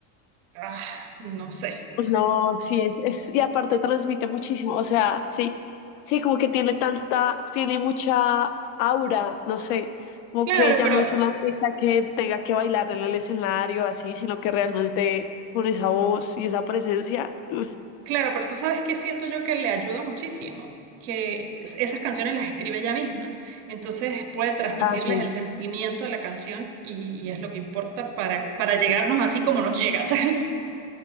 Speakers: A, on the right; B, on the left.
A: ah, no sé.
B: Pues No, sí, es, es, y aparte transmite muchísimo, o sea, sí, sí, como que tiene tanta, tiene mucha aura, no sé, como
A: Claro,
B: que ya
A: pero
B: no es una artista que tenga que bailar en el escenario así, sino que realmente con esa voz y esa presencia. uf.
A: Claro, pero tú sabes que siento yo que le ayuda muchísimo, que es- esas canciones las escribe ella misma. Entonces puede transmitirles
B: Ah, sí.
A: el sentimiento de la canción y, y es lo que importa para, para llegarnos así como nos llega <laughs> tal.